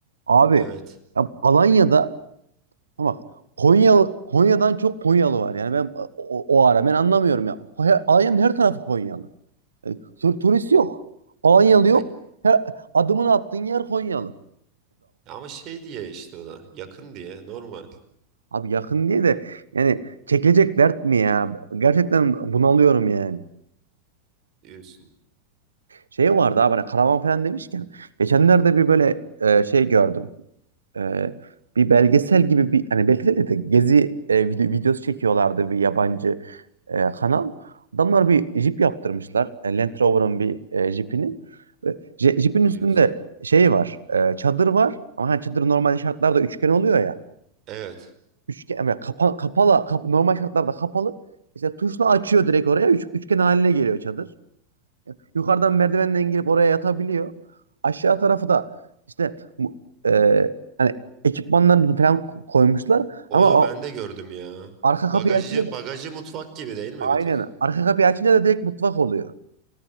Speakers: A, on the right; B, on the right.
A: Abi
B: Evet.
A: ya Alanya'da ama Konya Konya'dan çok Konyalı var. Yani ben o, o ara ben anlamıyorum ya. Konya- Alanya'nın her tarafı Konyalı. E, tur- turist yok. Alanyalı yok.
B: Ay,
A: Her, adımını attığın yer Konyalı.
B: ama şey diye işte o da. Yakın diye normal
A: Abi yakın diye de yani çekilecek dert mi ya? Gerçekten bunalıyorum yani.
B: diyorsun.
A: Şey vardı abi hani karavan falan demişken geçenlerde bir böyle e, şey gördüm. E, bir belgesel gibi bir hani belgesel de, de gezi e, video, videosu çekiyorlardı bir yabancı e, kanal. Adamlar bir jip yaptırmışlar. E, Land Rover'ın bir e, jipini. E, je- jipin üstünde
B: Diyorsun.
A: şey var. e, çadır var. Ama hani çadır normalde şartlarda üçgen oluyor ya.
B: Evet.
A: Üçgen yani kapa, kapalı kap- normal şartlarda kapalı. İşte tuşla açıyor direkt oraya. Üç- üçgen haline geliyor çadır. Yukarıdan merdivenden girip oraya yatabiliyor. Aşağı tarafı da işte bu, e, hani ekipmanlarını falan koymuşlar
B: Onu
A: ama o
B: ben de gördüm ya.
A: arka kapıyı
B: Bagajı
A: açınca da
B: bagajı mutfak gibi değil mi
A: aynen
B: bir tık?
A: arka kapıyı açınca da direkt mutfak oluyor.